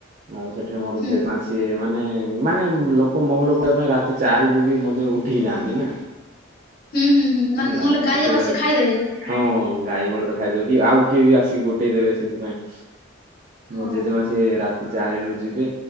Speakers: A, on the right (about 45°); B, on the left (about 50°).
A: ଆଉ ସେଠି ମୋର
B: ହୁଁ
A: ଜେଜେ ମା ଅଛ ସିଏ ମାନେ ମାନେ ଲୋକ ମହୁଲ ଗୋହିବା ପାଇଁ ରାତି ଚାରିରୁ ବି ମଧ୍ୟ ଉଠିକି ଯାଆନ୍ତି ନା,
B: ହୁଁ ହୁଁ ହୁଁ ମାନେ
A: ହେଲା
B: ନହେଲେ ଗାଈ
A: ସେତେବେଳେ
B: ଯାକ ଆସି ଖାଇଦେବେ ଯେ।
A: ହଁ ଗାଈ ବଳଦ ଖାଇଦେବେ କି ଆଉ କିଏ ବି ଆସିକି ଗୋଟେଇ ଦେବେ ସେଥିପାଇଁ। ମୋ
B: ହଁ
A: ଜେଜେମା ସିଏ ରାତି ଚାରିରୁ ଯିବେ।